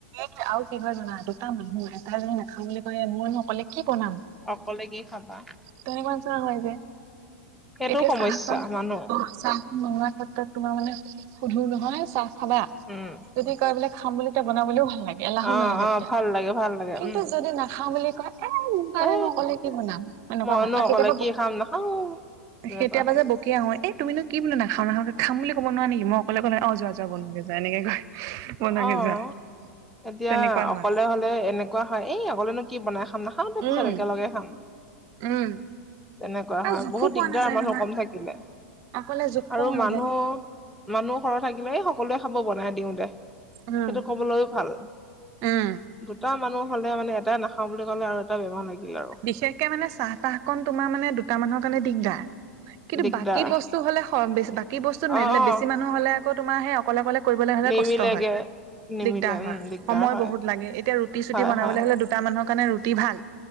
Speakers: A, on the right; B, in the centre.
A: স আৰু কি হয় জানা দুটা মানুহ এটাই নাখাওঁ বুলি কয় মইনো অকলে কি বনাম।
B: অকলে কি খাবা।
A: ধনী মঞ্চনা হয় যে
B: সেইটো
A: এতিয়া
B: সমস্যা
A: চাহ কণ
B: মানুহ
A: চ চ <unintelligible> মনোৱা ক্ষেত্ৰত তোমাৰ মানে সোধো নহয় চাহ খাবা
B: উম
A: যদি কয় বোলে খাম বুলিলে বনাবলেও ভাল লাগে এলাহো
B: অ
A: নালাগে
B: অ
A: তেতিয়া।
B: ভাল লাগে ভাল লাগে
A: কিন্তু
B: উম
A: যদি নাখাওঁ বুলি কয় এই মোৰ কাৰেনেনো
B: এ
A: অক'লে কি বনাম। এনেকুৱা
B: মইনো
A: হ আৰু
B: অকলে
A: কেতিয়াবা
B: কি খাম নাখাও তেনেকুৱা
A: কেতিয়াবা
B: হয়
A: যে কিয় অ এই তুমিনো কি বোলো নাখাওঁ নাখাওঁ খাম বুলি কব নোৱাৰা নেকি মই অকলে অকলে অ যোৱা যোৱা বনোৱােগে যোৱা এনেকে কয়। বনোৱাগে
B: অঁ
A: যোৱা
B: এতিয়া
A: তেনেকুৱা হয়
B: অকলে হলে এনেক হয়, এই আগলেনো কি বনাই খাম নাখাওঁ দে পিছত
A: উম
B: একেলগে খাম।
A: উম
B: তেনেকুৱা
A: আৰু
B: হয়
A: জোখো
B: বহুত
A: পোৱা
B: দিগদাৰ
A: নাযায়
B: মানুহ
A: নহয়
B: কম থাকিলে
A: অকলে জোখ পোৱাও
B: আৰু মানুহ
A: নাযায়
B: মানুহ সৰ থাকিলে সকলোৱে খাব বনাই দিওঁ দে সেইটো
A: উম
B: কবলৈও ভাল।
A: উম
B: দুটা মানুহ হলে মানে এটাই নাখাওঁ বুলি ক'লে আৰু এটা বেমাৰ লাগিল আৰু।
A: বিশেষকে মানে চাহ -তাহকণ তোমাৰ মানে দুটা মানুহৰ কাৰণে দিগ্‌দাৰ কিন্তু
B: দিগদাৰ
A: বাকী বস্ বস্তু হ'লে স বেছি বাকি বস্তুত মেলিলে
B: অ অ
A: বেছি মানুহ হ'লে আকৌ তোমাৰ সেই অক্‌ অকলে অকলে কৰিবলৈ হলে
B: নিমিলেগে
A: কষ্ট হয়
B: নিমিলে
A: দিগদাৰ
B: উম
A: হয়
B: দিগদাৰ
A: সময়
B: হয়
A: বহুত লাগে এতিয়া ৰুটি চুটি
B: হয়
A: বনাব
B: হয়
A: হ'লে দুটা মানুহৰ কাৰণে ৰুটি ভাল।